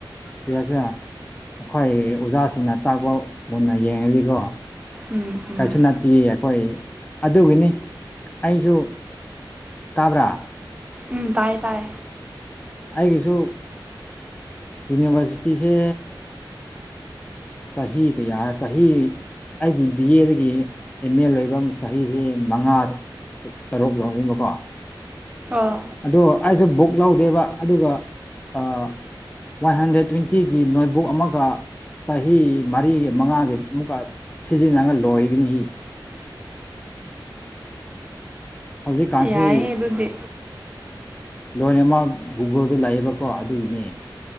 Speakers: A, on the left; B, on the right.
A: ꯄꯁꯦ ꯑꯩꯈꯣꯏ ꯑꯣꯖꯥꯁꯤꯡꯅ ꯇꯥꯛꯄ ꯃꯨꯟꯅ ꯌꯦꯡꯉꯗꯤꯀꯣ
B: ꯎꯝ ꯎꯝ
A: ꯀꯩꯁꯨ ꯅꯠꯇꯦ ꯑꯩꯈꯣꯏ ꯑꯗꯨꯒꯤꯅꯤ ꯑꯩꯁꯨ ꯇꯥꯕ꯭ꯔꯥ
B: ꯎꯝ ꯇꯥꯏ ꯇꯥꯏ
A: ꯑꯩꯒꯤꯁꯨ ꯌꯨꯅꯤꯚꯔꯁꯤꯇꯤꯁꯦ ꯆꯍꯤ ꯀꯌꯥ ꯆꯍꯤ ꯑꯩꯒꯤ ꯕꯤ ꯑꯦꯗꯒꯤ ꯑꯦꯝ ꯑꯦ ꯂꯣꯏꯕ ꯆꯍꯤꯁꯤ ꯃꯉꯥ ꯇꯔꯨꯛ ꯂꯧꯋꯦꯕꯀꯣ
B: ꯑꯣ
A: ꯑꯗꯣ ꯑꯩꯁꯨ ꯕꯨꯛ ꯂꯧꯗꯦꯕ ꯑꯗꯨꯒ ꯑ ꯋꯥꯟ ꯍꯟꯗ꯭ꯔꯦꯠ ꯇ꯭ꯋꯦꯟꯇꯤꯒꯤ ꯅꯣꯠꯕꯨꯛ ꯑꯃꯒ ꯆꯍꯤ ꯃꯔꯤꯒꯤ ꯃꯉꯥꯒꯤ ꯑꯃꯨꯛꯀ ꯁꯤꯖꯤꯟꯅꯒ ꯂꯣꯏꯕꯅꯤ <unintelligible> ꯍꯧꯖꯤꯛꯀꯥꯟꯁꯤ
B: ꯌꯥꯏꯌꯦ ꯑꯗꯨꯗꯤ
A: ꯂꯣꯏꯅꯃꯛ ꯒꯨꯒꯜꯗ ꯂꯩꯌꯦꯕꯀꯣ ꯑꯗꯨꯒꯤꯅꯦ